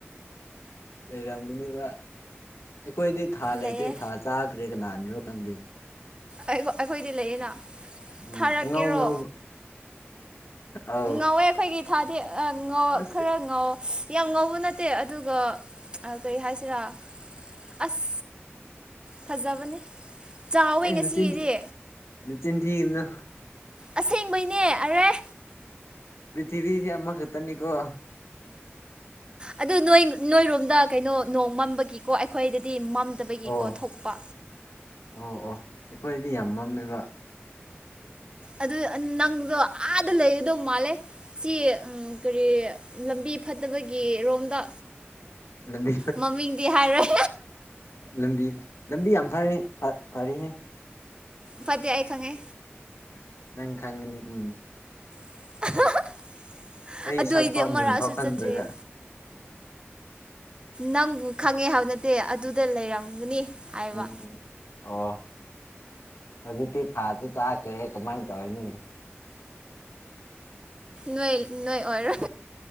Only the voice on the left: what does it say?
ꯂꯩꯔꯝꯒꯅꯤꯕ ꯑꯩꯈꯣꯏꯗꯤ ꯊꯥ ꯂꯩꯇꯦ
ꯊꯥ ꯆꯥꯈ꯭ꯔꯦ ꯀꯅꯥꯅꯔꯣ ꯈꯪꯗꯦ
ꯎꯝ
ꯑꯉꯧ ꯉꯧꯕ ꯑꯧ
ꯑꯁ
ꯑꯦ
ꯅꯆꯤꯟ ꯅꯆꯤꯟ ꯊꯤꯒꯅꯨ
ꯄ꯭ꯔꯤꯊꯤꯕꯤꯁꯤ ꯑꯃꯛ ꯈꯛꯇꯅꯤꯀꯣ
ꯑꯣ
ꯑꯣ ꯑꯣ ꯑꯩꯈꯣꯏꯗꯤ ꯌꯥꯝ ꯃꯝꯃꯤꯕ
ꯂꯝꯕꯤ
ꯂꯝꯕꯤ ꯂꯝꯕꯤ ꯌꯥꯝ ꯐꯩ ꯐꯔꯤ
ꯅꯪ ꯈꯪꯒꯅꯤ ꯎꯝ
ꯑꯩ
ꯁꯛꯐꯥꯎ
ꯃꯤꯡ ꯐꯥꯎ ꯈꯪꯗ꯭ꯔꯒ
ꯎꯝ ꯑꯣ ꯍꯧꯖꯤꯛꯇꯤ ꯊꯥꯁꯨ ꯇꯥꯈ꯭ꯔꯦ ꯀꯃꯥꯏꯅ ꯇꯧꯔꯅꯤꯅꯦ